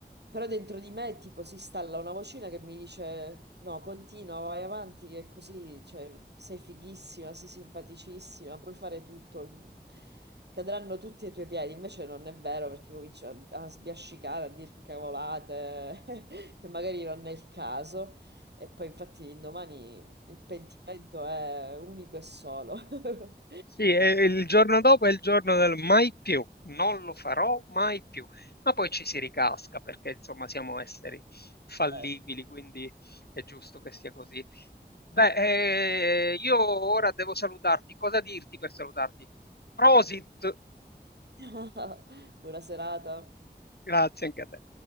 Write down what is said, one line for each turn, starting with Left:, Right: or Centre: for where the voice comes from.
Right: Però dentro di me, tipo, si installa una vocina che mi dice: No, continua, vai avanti, che così, cioè, sei fighissima, sei simpaticissima, puoi fare tutto. mm, Cadranno tutti ai tuoi piedi. Invece non è vero perché comincio a, a sbiascicare, a dire cavolate, <laughs> che magari non è il caso. E poi, infatti, l'indomani il pentimento è unico e solo. <laughs>
Left: Sì, e il giorno dopo è il giorno del mai più, non lo farò mai più, ma poi ci si ricasca perché insomma siamo esseri fallibili,
Right: Ciao.
Left: quindi è giusto che sia così. Beh, eh, io ora devo salutarti, cosa dirti per salutarti? Prosit,
Right: <laughs> Buona serata.
Left: grazie anche a te.